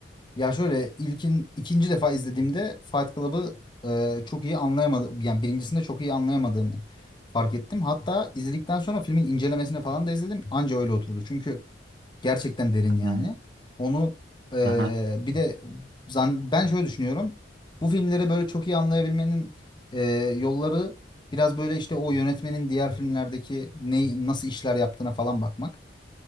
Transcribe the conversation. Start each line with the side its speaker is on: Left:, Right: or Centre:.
Left: Ya şöyle ilkin ikinci defa izlediğimde Fight Club'ı e, çok iyi anlayamadım. Yani birincisinde çok iyi anlayamadığımı fark ettim. Hatta izledikten sonra filmin incelemesini falan da izledim. Anca öyle oturdu. Çünkü gerçekten derin yani.
Right: Hmm.
Left: Onu e,
Right: Hı hı.
Left: bir de zan- ben şöyle düşünüyorum. Bu filmleri böyle çok iyi anlayabilmenin e, yolları biraz böyle işte o yönetmenin diğer filmlerdeki ne, nasıl işler yaptığına falan bakmak.